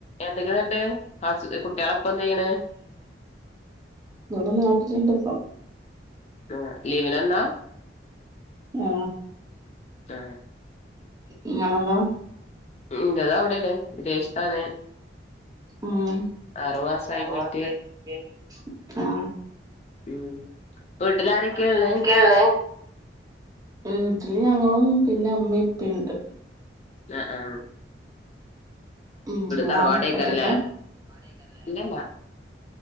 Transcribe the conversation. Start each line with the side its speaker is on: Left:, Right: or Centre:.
Left: എന്തൊക്കെയ ന്നട്ട് ഹ കുട്ടികളപ്പ എന്ത് ചെയ്യണ്?
Right: വടെ നാട്ടില്ണ്ട്പ്പ
Left: ആ ലീവ്നന്നാ?
Right: ആ
Left: ആ
Right: നിങ്ങളതോ?
Left: ഇഞ്ചതവിടേണ് വിദേശത്താണ്
Right: ഉം
Left: ആറു
Right: ആറു
Left: പോയിട്ട്
Right: മാസായി ക്ക് ണ് ആ
Left: ഉം വീട്ടിലാരൊക്കെയാ
Right: വീട്ട്ലാരൊക്കെയള്ളേ
Left: ഉള്ളേ
Right: ഉം ട്ടില് ഞങ്ങളും പിന്നെ മ്മിപ്പിണ്ട്
Left: അ ആ
Right: മ്മ് ങ്ങളൊ
Left: തറവാടേക്കാരല്ലേ
Right: ഒറ്റക്ക?
Left: ഇല്ലല്ല